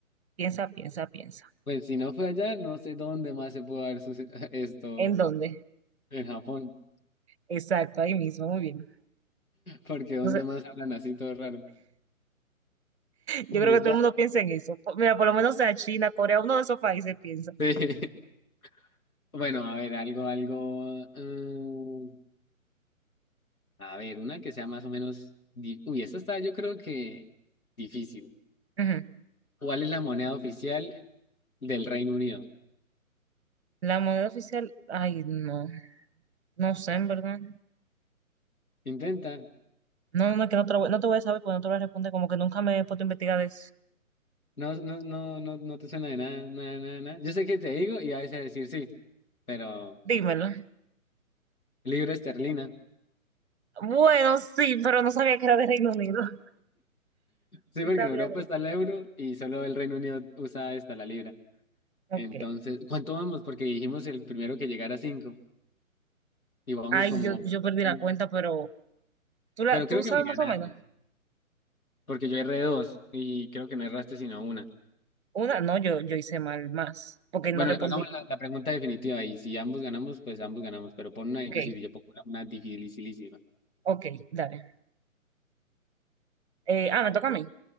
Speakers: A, on the right; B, on the left.
A: piensa, piensa, piensa.
B: Pues si no fue allá, no sé dónde más se pudo haber suce- <laughs> esto
A: ¿En dónde?
B: en Japón,
A: Exacto, ahí mismo, muy bien.
B: porque dónde
A: Entonces,
B: más hablan así todo raro.
A: yo
B: Uy,
A: creo que
B: es
A: todo
B: la...
A: el mundo piensa en eso. Po- Mira, por lo menos sea China, Corea, uno de esos países piensa.
B: Sí. <laughs> Bueno, a ver, algo, algo... mm, a ver, una que sea más o menos... di- Uy, esta está yo creo que difícil.
A: Ujú.
B: ¿Cuál es la moneda oficial del Reino Unido?
A: La moneda oficial, ay, no, no sé, en verdad.
B: Intenta.
A: No, no, es que no te, lo voy- no te voy a saber porque no te voy a responder, como que nunca me he puesto a investigar de eso.
B: No, no, no, no, no te suena de nada, nada, nada, nada. Yo sé que te digo y a veces decir sí, pero
A: Dímelo.
B: libra esterlina.
A: Bueno, sí, pero no sabía que era de Reino Unido. <laughs>
B: Sí,
A: Sí,
B: porque
A: sabía
B: en Europa
A: de
B: está
A: eso.
B: el euro y solo el Reino Unido usa esta, la libra.
A: Ok.
B: Entonces, ¿cuánto vamos? Porque dijimos el primero que llegara a cinco y vamos
A: Ay,
B: como...
A: yo, yo perdí
B: cinco.
A: la cuenta, pero ¿tú, la,
B: Pero creo
A: tú
B: que
A: sabes
B: me ganaste,
A: más o menos.
B: porque yo erré dos y creo que no erraste sino una.
A: Una, no, yo, yo hice mal más, porque
B: Bueno,
A: no respondí.
B: hagamos la, la pregunta definitiva y si ambos ganamos, pues ambos ganamos, pero pon una difícil
A: Ok,
B: y yo pongo una una dificilísima.
A: ok, dale. Eh, ah, me toca a mí.